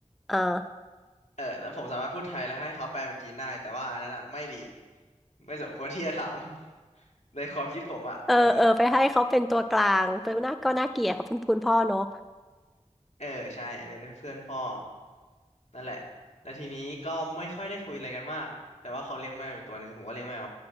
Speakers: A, in the centre; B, on the left.
A: อ่า
B: เออแล้วผมสามารถพูดไทยแล้วให้เขาแปลเป็นจีนได้แต่ว่าอันนั้นอ่ะไม่ดีไม่สมควรที่จะทำ <laughs> ในความคิดผมอ่ะเออ
A: เออเออไปให้เขาเป็นตัวกลางเป็นหน้าก็น่าเกลียดเขาเป็นคุณพ่อเนอะ
B: เออใช่เป็นเพื่อนพ่อนั่นแหละแล้วทีนี้ก็ไม่ค่อยได้คุยอะไรกันมากแต่ว่าเขาเลี้ยงแมวอยู่ตัวหนึ่งผมก็เลี้ยงแมว